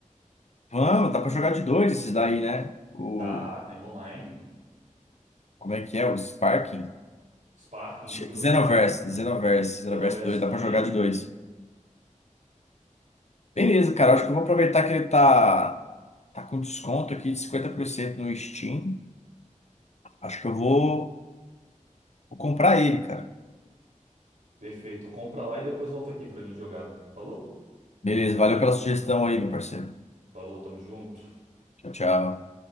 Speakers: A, on the left; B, on the right.
A: Vamos, dá pra jogar de dois esses daí, né? O
B: Dá, tem online.
A: Como é que é? O Sparking?
B: Sparking
A: Che-
B: Zero
A: Xenoverse,
B: também.
A: Xenoverse, Xenoverse
B: Xenoverse
A: 2, dá
B: também.
A: pra jogar de dois. Beleza,
B: E-
A: cara, acho que eu vou aproveitar que ele tá, tá com desconto aqui de 50% no Steam. Acho que eu vou, vou comprar ele, cara.
B: Perfeito. Compra lá e depois volta aqui pra gente jogar. Falou?
A: Beleza, valeu pela sugestão aí, meu parceiro.
B: Falou, tamo junto.
A: Tchau, tchau.